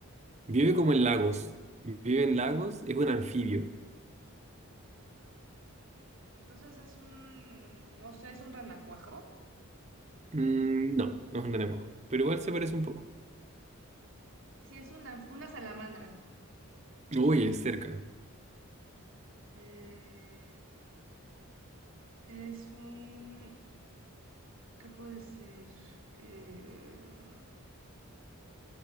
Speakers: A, on the right; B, on the right.
A: Vive
B: ¿Cómo?
A: como en lagos. Vive en lagos, es un anfibio.
B: Ah, es un anfibio. Entonces es un, no sé, es un renacuajo.
A: Mm, no, no es un renacuajo, pero igual se parece un poco.
B: Sí, es una, una salamandra.
A: Uy, es cerca.
B: Eh, es un... ¿Qué puede ser? Eh,